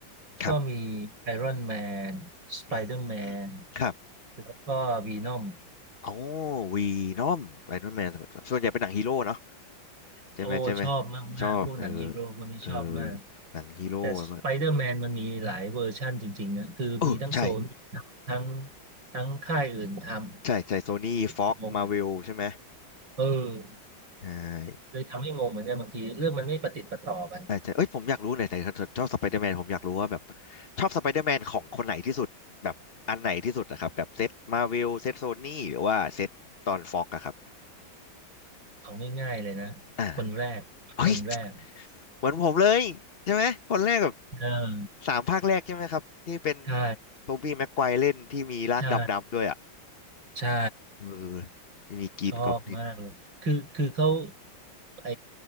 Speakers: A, on the right; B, on the left.
A: ก็มีไอรอนแมนสไปเดอร์แมน
B: ครับอืมครับ
A: แล้วก็วีนอม
B: โอ้วีนอมไอรอนแมนส่วนใหญ่เป็นหนังฮีโร่เนาะใช่ไหมใช่ไหม
A: โอ้ชอบมากๆ
B: ชอบเออ
A: พวกหนังฮีโร่พวกนี้ชอบมาก
B: เออหนังฮีโร่แล้วก็
A: แต่สไปเดอร์แมนมันมีหลายเวอร์ชั่นจริงๆนะคือมีทั้งโซน
B: เออใช่
A: ทั้งทั้งค่ายอื่นทำ
B: ใช่ใช่โซนี่ฟ็อกมาเวลใช่ไหม
A: งงเออ
B: ใช่
A: เลยทำให้งงเหมือนกันบางทีเรื่องมันไม่ประติดประต่อกัน
B: ใช่ใช่เอ้ยผมอยากรู้หน่อยแต่ชอบสไปเดอร์แมนผมอยากรู้ว่าแบบชอบสไปเดอร์แมนของคนไหนที่สุดแบบอันไหนที่สุดนะครับแบบเซตมาเวลเซตโซนี่หรือว่าเซตตอนฟ็อกอะครับ
A: เอาง่ายๆเลยนะคนแรกคนแรก
B: อ่าเฮ้ย เหมือนผมเลยใช่ไหมคนแรกแบบ
A: เออ
B: สามภาคแรกใช่ไหมครับที่เป็น
A: ใช่
B: โทบี้แม็กไกวร์เล่นที่มีร่างดำๆด้วยอ่ะ
A: ใช่ใช่
B: เออมีกรีนกอบลิน
A: ชอบมากเลยคือคือเขาไอ